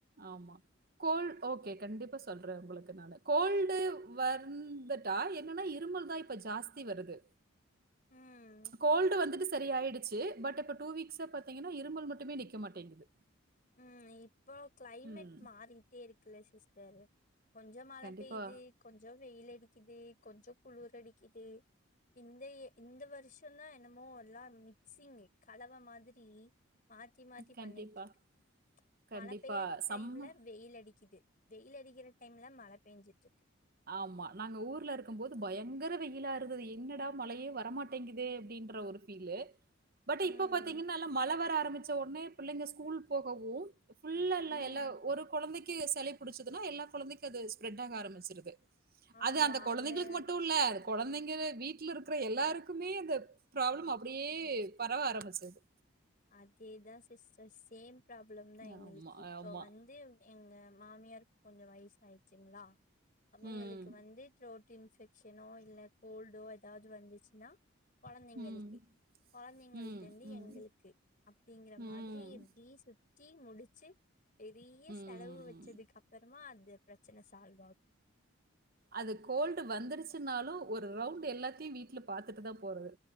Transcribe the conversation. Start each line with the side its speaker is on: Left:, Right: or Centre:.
Right: ஆமா கோல் ஓகே கண்டிப்பா சொல்றே ஒங்களுக்கு நானு கோல்டு வந்துட்டா என்னன்ன இருமல் தா இப்ப ஜாஸ்தி வருது
Left: ம்
Right: கோல்டு வந்துட்டுஸ் சரி ஆயிடுச்சு பட் இப்ப டூ வீக்ஸ் பாத்தீங்கனா இருமல் மட்டுமே நிக்க மாட்டேங்குது
Left: ம் இ இப்போ கிளைமேட்
Right: ம்.
Left: மாறிட்டே இருக்குல சிஸ் ஏலு கொஞ்சம் மழை
Right: கண்டிப்பா,
Left: பெய்யுது கொஞ்ச வெயில் அடி இது கொஞ்ச குளிர் அடிக்குது இந்த இந்த வருஷ தா என்னமோ எல்லா மிக்சிங் கலவ மாரி மாத்தி மாத்தி
Right: கண்டிப்பா,
Left: பண்ணிட்ரு
Right: கண்டிப்பா.
Left: மழ பெய்ற
Right: சம்மர்
Left: டைம்ல வெயில் அட் டிக்கிது வெயில் அடிக்கிற டைம்ல மழ பெய்ஞ்சிட்டுருக்கு
Right: ஆமா நாங்க ஊர்லருக்கும் போது பயங்கர வெயிலாருந்தது என்னடா மழையே வரமாட்டேங்குதே அப்டின்ற ஒரு ஃபீலு பட்டு
Left: ம்
Right: இப்ப பாத்தீங்கன்னா எல்லா மழ வர ஆரம்பிச்ச ஒட்னே பிள்ளைங்க ஸ்கூல் போகவு ஃபுல்லல்லா
Left: ம்
Right: எல்லா ஒரு கொழந்தைக் கி சளி புடிச்சதுன்ன எல்லா கொழந்தைக்கு அது ஸ்ப்ரெட்டாக ஆரம்பிச்சிருது
Left: ஆமா
Right: அது அந்த கொழந்தைங்களுக்கு
Left: அவங்க
Right: மட்டுல்ல கொழந்தைங்க வீட்டுலருக்குற எல்லாருக்குமே அந்த ப்ராப்ளம் அப்டியே பரவ ஆரம்பிச்சது
Left: அதேதா சிஸ்டர் சேம் ப்ராப்ளம் தா எங்களுக்கு
Right: ஆமா
Left: இப்போ
Right: ஆமா.
Left: வந்து எங்க மாமியார்க் கொஞ்சோ வயசு ஆயிட்ச்சிங்களா அவுங்களுக்கு
Right: ம்.
Left: வந்து த்ரோட் டு இன்ஃபெக்க்ஷனோ இல்ல கோல்டோ ஏதாவது வந்துச்சின்னா கொழந்தைங்களுக்கு
Right: ம்.
Left: கொழந்தைங்கள்ட்டருந்து
Right: ம். ம்.
Left: எங்களுக்கு அப்டிங்கற மாதிரி
Right: ம்.
Left: பி சுப் டீ முடிச்சி பெரிய
Right: ம்.
Left: செலவு வெச்சதுக் அப்பற றமா அது பிரச்சன சால்வ் ஆக்
Right: அது கோல்டு வந்துருச்சினாலு ஒரு ரவுண்டு எல்லாத்தயு வீட்டுல பாத்துட்டு தா போறது